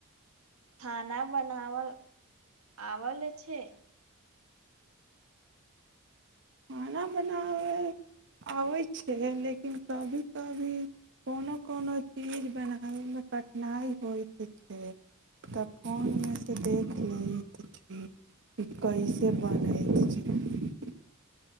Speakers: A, on the right; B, on the right.
A: खाना बनावल आल छै।
B: खाना बनाबय आबै छै लेकिन कभी कभी कोनो कोनो चीज बनाबयमे कठिनाइ होइत छै तऽ फोनमे सँ देख लैत छी कि कैसे बनै छै।